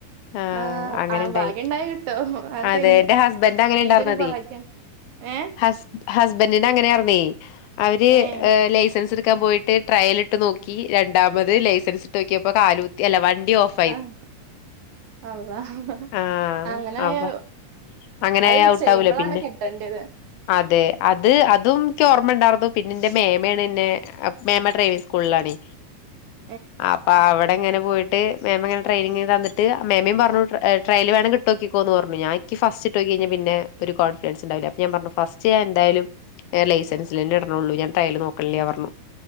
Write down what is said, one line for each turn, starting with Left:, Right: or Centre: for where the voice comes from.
Left: അഹ്
Right: ആഹ്
Left: അങ്ങനെ
Right: ആഹ്
Left: ഇണ്ടായി
Right: ഭാഗ്യണ്ടായ കിട്ടും അതൊക്കെ
Left: അതെന്റെ
Right: അയിന്റെ
Left: ഹസ്ബൻഡ് അങ്ങനെ
Right: അയിന്റെ
Left: ഉണ്ടായിർന്നതെ
Right: ഒരു ഭാഗ്യാണ് ഏഹ്
Left: ഹസ് ഹസ്‌ബെന്റിന് അങ്ങനെയാർന്നെ അവര്
Right: ഏഹ്
Left: ലൈസൻസ് എടു ക്കാം പോയിട്ട് ട്രയലിട്ട് നോ‌ക്കി രണ്ടാമത് ലൈസൻസ് ഇട്ട് നോക്കിയപ്പോ കാലു കുത്തി അല്ല വണ്ടി ഓഫ്
Right: ആഹ് അല്ലാഹ്
Left: ആഹ്
Right: അങ്ങ നായാ
Left: അപ്പൊ അങ്ങനെയായ
Right: അത്
Left: ഔട്ടാവൂലേ
Right: ചെയ്യുമ്പളാണ്
Left: പിന്നെ
Right: കിട്ടെണ്ട്യത്
Left: അതെ അത് അതും ഇക്ക് ഓർമ്മണ്ടായിർന്നു പിന്നെ ഇന്റെ മേമയാണ് ഇന്നെ മേമ്മ ഡ്രൈവിങ്ങ് സ്കൂളിലാണെ
Right: <inaudible>
Left: അപ്പ അവ്ടെ ങ്ങനെ പോയിട്ട് മേമ്മയിങ്ങനെ ട്രെനിങ് തന്നിട്ട് മേമ്മിം പറഞ്ഞു ട്രയിൽ വെണങ്കിൽ ഇട്ട് നോക്കി യോക്കിക്കോന്ന് ഞാൻ ഇക്ക് ഫസ്റ്റ് നോക്കിയാ പിന്നെ ഒരു കോൺഫിഡൻസ് ഇണ്ടാവില്ല അപ്പ ഞാ പറഞ്ഞു ഫസ്റ്റ് ഞാൻ എന്തായാലും ഞാൻ ലൈസൻസിലന്നെ ഇട്ണൊള്ളൂ ഞാൻ ട്രായൽ നോക്ക്ണില്ല്യ പറഞ്ഞു